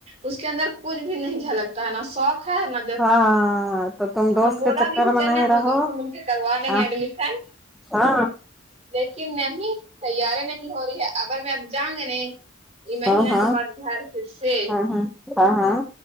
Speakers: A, on the right; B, in the centre.
A: اس کے اندر کچھ بھی نہیں جھلکتا ہے نا شوق ہے نا
B: ہاں تو تم دوست
A: ہم بولا
B: کے چکر
A: بھی کہ
B: میں
A: چلنے
B: نہیں
A: ہم ہم
B: رہو
A: دونوں کروا لیں
B: ہاں
A: گے ایڈمیشن
B: ہاں
A: لیکن نہیں تیاری نہیں ہو رہی ہے اگر میں اب جائیں گے نہیں یہ مہینہ
B: ہاں ہاں
A: کے بعد گھر پھر سے
B: ہاں ہاں ہاں ہاں